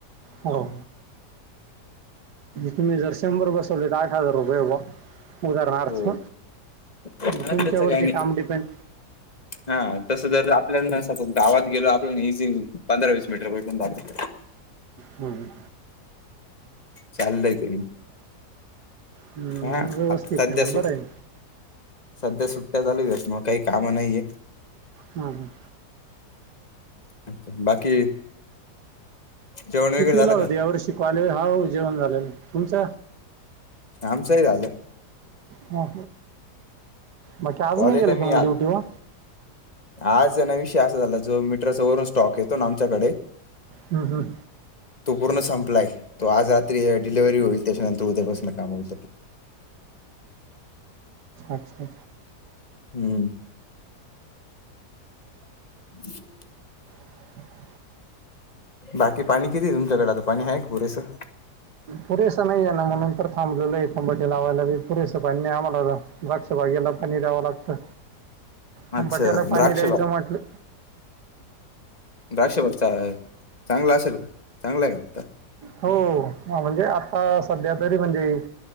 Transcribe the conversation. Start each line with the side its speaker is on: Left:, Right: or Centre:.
Right: हो तुम्ही जर शंभर बसवले तर आठ हजार रुपये आहे बवा. उदाहरणार्थ
Left: हो त्याच
Right: तुमच्यावरती
Left: काही नाही
Right: काम डिपेंड
Left: हा तस आपल्या स गावात गेलो आपल्या इझी पंधरा वीस मीटर भेटून जातात.
Right: हम्म
Left: चाललंय पेमेंट
Right: हम्म,
Left: हा
Right: व्यवस्थित
Left: आता
Right: आहे
Left: द्या
Right: ना
Left: सुट
Right: बरं आहे
Left: सध्या सुट्ट्या चालू आहेत. त्याच्यामुळे काही काम नाहीये.
Right: हम्म हम्म
Left: अच्छा बाकी जेवण वगैरे
Right: कितवीला
Left: झालं
Right: होते
Left: का
Right: या वर्षी. कॉलेज हा हो जेवण झालेलं आहे. तुमच
Left: आमचही झाल.
Right: हा. बाकी आज
Left: कॉलेजला
Right: नाही गेलं
Left: मी
Right: का मग
Left: आ
Right: ड्युटी वा
Left: आज आहे ना विषय अस तो मीटरचा वरून स्टॉक येतो ना आमच्याकडे.
Right: हम्म, हम्म.
Left: तो पूर्ण संप राय. तो आज रात्री डिलव्हरी होईल त्याच्यानंतर उद्यापासून काम होईल.
Right: अच्छा
Left: हम्म <inaudible>
Right: <inaudible>
Left: बाकी पाणी किती आहे तुमच्याकडे. आता पाणी आहे का पुरेसं.
Right: पुरेस नाही आहे ना म्हणून तर थांबलो आहे. टमाटे लावायला पुरेस पाणी नाही. आम्हाला द्राक्ष बाग्याला पाणी द्यावं लागतं. टंबाट्याला
Left: अच्छा
Right: पाणी
Left: द्राक्ष
Right: द्यायचं म्हटलं
Left: द्राक्ष बाग चा चांगला असेल का? चांगला आहे का?
Right: हो. ह म्हणजे आता सध्या तरी म्हणजे